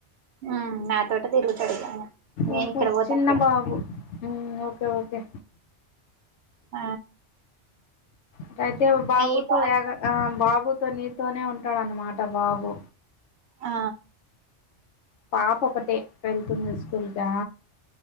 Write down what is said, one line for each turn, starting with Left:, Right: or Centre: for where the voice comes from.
Right: ఉమ్ నాతోటే తిరుగుతాడు నే
Left: ఓహో
Right: ఇక్కడ పోతే
Left: చిన్న
Right: అక్కడ
Left: బాబు హ్మ్ ఓకే ఓకే
Right: ఆ
Left: అటయితే ఓ బాబుతో
Right: మీ బా
Left: ఎగ ఆ బాబుతో నీతోనే ఉంటాడు అన్నమాట బాబు
Right: ఆ
Left: పాప ఒకటే వెళ్తుంది స్కూల్ కా